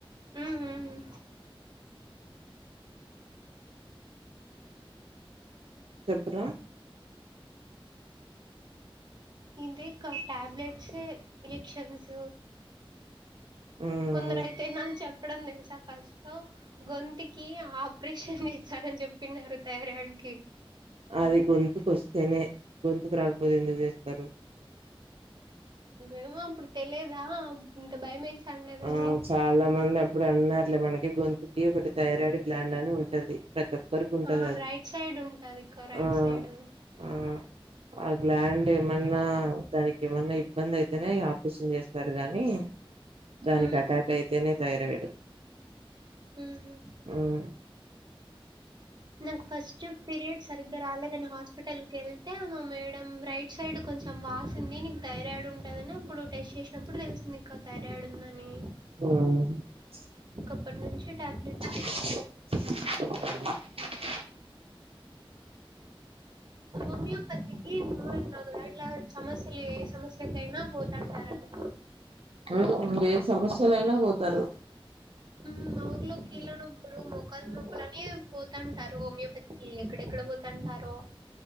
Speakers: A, on the right; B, on the right.
A: మ్ మ్
B: చెప్పురా
A: అదే అక్క ట్యాబ్లెట్స్ ఇంజెక్షన్స్
B: మ్మ్
A: కొందరు అయితే నాకు చెప్పడం తెలుసా ఫస్ట్ లో గొంతుకి ఆపరేషన్ సరు అని చెప్పినారు థైరాయిడ్ కి
B: అది గొంతుకు వస్తేనే గొంతుకు రాకపోతే ఎందుకు చేస్తారు
A: ఏమో అప్పుడు తెలియదా ఇంత భయమేస్తాదని
B: ఆ చాలా మంది అప్పుడు అన్నారులే మనకి గొంతుకి ఒకటి థైరాయిడ్ గ్లాంద్ అని ఉంటది ప్రతి ఒక్కరికి ఉంటది
A: ఆ
B: అది
A: రైట్ సైడ్ ఉంటది క రైట్
B: ఆ
A: సైడ్
B: ఆ ఆ్ల్యాండ్ ఏమన్నా దానికి ఏమన్నా ఇబ్ బ్బంది ఇగ అయితేనే ఆపరేషన్ చేస్తారు గాని దానికి
A: హ్మ్
B: అటాక్ అయితేనే థైరాయిడ్
A: హుహు.
B: మ్
A: నా ఫస్ట్ పీరియడ్ సరిగ్ారులేద నా హాస్పిటల్ వెళ్తే మా మేడం రైట్ సైడ్ కొంచెం వాసింది నీకు థైరాయిడ్ ఉంటుందని అప్పుడు టెస్ట్ చేసినప్పుడు తెలిసింది ఇంకా థైరాయిడ్ ఉందని
B: మ్
A: కంప్పటి నుంచి టాబ్లెట్స్
B: <inaudible>
A: ఓమియం పతికి <inaudible> అట్లా సమస్యలు ఏ సమస్యకైనా పోతాంటారు అని
B: ఆ ఏ సమస్యలు అయినా పోతారు
A: ఉమ్ మా ఊర్లో కీళ్ళ నొప్పులు మొకాళ్ళ నొప్పులు అని పోతాంటారు హోమియోప ఈ ఎక్కడెక్కడ పోతాంటారో